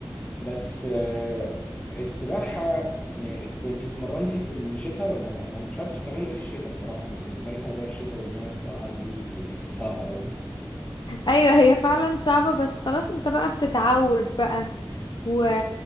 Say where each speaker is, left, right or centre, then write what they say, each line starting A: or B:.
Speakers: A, on the left; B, on the left.
A: بس آه، السباحة يعني كنت اتمرنتي في الشتاء ولا أنا أنا مش عارف انتوا بتعملوا إيه في الشتاء بصراحة أنا بالنسبة لي موضوع الشتاء والمية الساقعة دي يعني صعبة أوي
B: ايوه هي فعلا صعبة بس خلاص انت بقى بتتعود بقى و